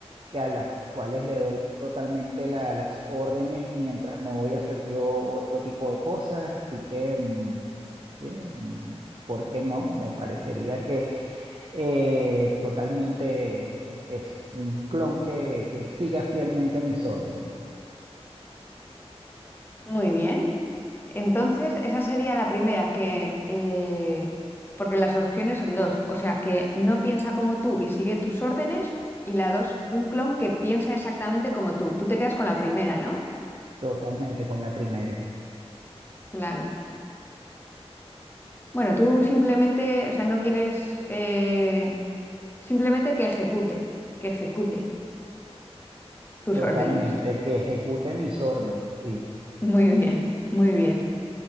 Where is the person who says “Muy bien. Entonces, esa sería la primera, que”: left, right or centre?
Left